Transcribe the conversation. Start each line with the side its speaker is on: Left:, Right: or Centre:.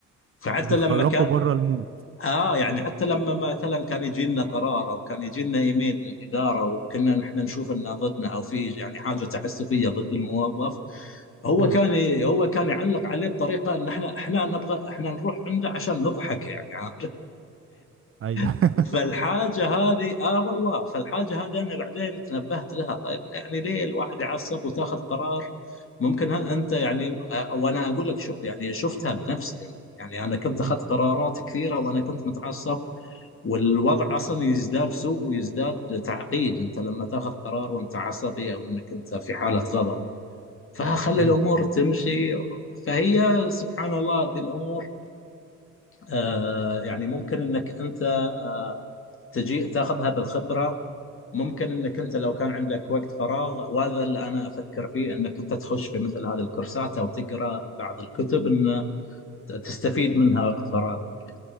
Left: فحتى
Right: بيخرجوا
Left: لما كان
Right: بره المود
Left: اه يعني حتى لما مثلا كان يجي لنا قرار او كان يجي لنا ايميل من الاداره وكنا نحن نشوف انه ضدنا او في يعني حاجه تعسفيه ضد الموظف هو
Right: امم
Left: كان ي- هو كان يعلق عليه بطريقه ان احنا احنا نبغى احنا نروح عنده عشان نضحك يعني عارف
Right: ايوه
Left: <laughs>
Right: <laughs>
Left: فالحاجه هذه اه والله فالحاجه هذه انا بعدين تنبهت لها طيب يعني ليه الواحد يعصب وتاخذ قرار ممكن هل انت يعني آه، وانا اقول لك شو يعني شفتها بنفسي انا يعني انا كنت
Right: مم.
Left: اخذت قرارات كثيره وانا كنت متعصب والوضع اصلا يزداد سوء ويزداد تعقيد انت لما تاخذ قرار وانت عصبي او انك انت في حاله غضب فخلي
Right: ايوه
Left: الامور
Right: ايوه
Left: تمشي فهي سبحان الله ذي الامور آه يعني ممكن انك انت آه تجي تاخذها بالخبره ممكن انك انت لو كان عندك وقت فراغ وهذا اللي انا افكر فيه انك انت تخش في مثل هذه الكورسات او تقرا بعض الكتب ان تستفيد منها وقت فراغك